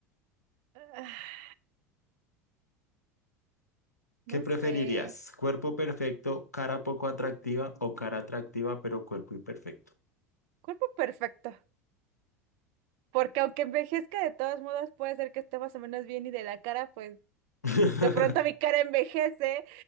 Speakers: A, on the right (about 50°); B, on the left (about 85°).
A: ah,
B: ¿Qué
A: no
B: preferirías?
A: sé,
B: ¿Cuerpo perfecto, cara poco atractiva o cara atractiva pero cuerpo imperfecto?
A: cuerpo perfecto. Porque aunque envejezca de todos modos puede ser que esté más o menos bien y de la cara, pues
B: <laughs>
A: De pronto mi cara envejece